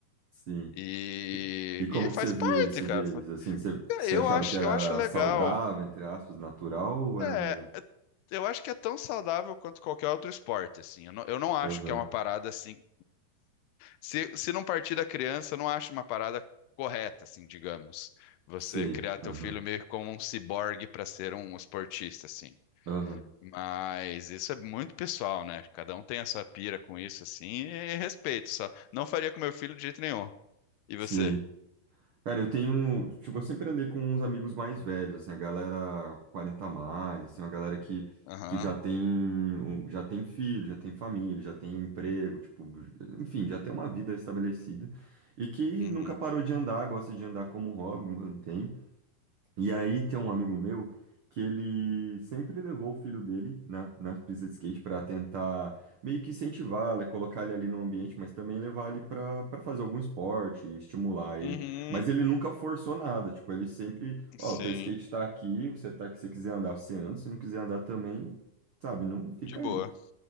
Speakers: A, on the right; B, on the left.
A: sim.
B: E,
A: E, e como
B: e faz
A: que você via
B: parte,
A: isso
B: cara.
A: deles?
B: Fa-
A: Assim, você, você
B: Eu
A: achava
B: acho,
A: que era
B: eu acho legal.
A: saudável, entre aspas, natural, ou
B: É,
A: era meio...
B: Eu acho que é tão saudável quanto qualquer outro esporte, assim. Eu não, eu não acho
A: Aham,
B: que é uma parada assim. Se, se não partir da criança, eu não acho uma parada correta, assim, digamos. Você
A: sei,
B: criar teu
A: aham,
B: filho meio que como um ciborgue para ser um esportista, assim.
A: aham,
B: Mas isso é muito pessoal, né? Cada um tem a sua pira com isso, assim, e respeito só. Não faria com meu filho de jeito nenhum. E
A: sei.
B: você?
A: Cara, eu tenho... Tipo, eu sempre andei com uns amigos mais velhos, assim, a galera 40 a mais, assim, uma galera que,
B: Aham.
A: que já tem, um- já tem filho, já tem família, já tem emprego, tipo... Enfim, já tem uma vida estabelecida. E que
B: Uhum.
A: nunca parou de andar, gosta de andar como hobby, mantém. E aí tem um amigo meu que ele sempre levou o filho dele na, na pista de skate para tentar meio que incentivar, né, colocar ele ali no ambiente, mas também levar ele para para fazer algum esporte, estimular ele.
B: Uhum.
A: Mas ele nunca forçou nada, tipo, ele sempre, ó,
B: Sim.
A: teu skate tá aqui, você tá aqui, se você quiser andar, você anda, se não quiser andar também, sabe, não fica
B: De boa.
A: aí.